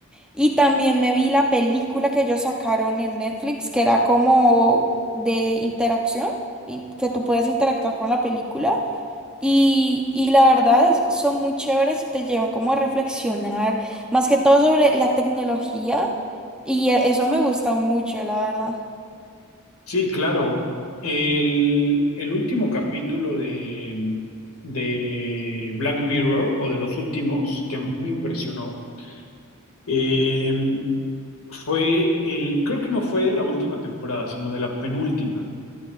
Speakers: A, in the centre; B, on the left (about 75°).
A: y también me vi la película que ellos sacaron en Netflix, que era como de interacción, y que tú podías interactuar con la película. Y, y la verdad es- son muy chéveres y te llevan como a reflexionar, más que todo sobre la tecnología. Y e- eso me gusta mucho, la verdad.
B: Sí, claro. El, el último capítulo de, de Black Mirror, o de los últimos, que más me impresionó, eh, fue el, creo que no fue de la última temporada, sino de la penúltima.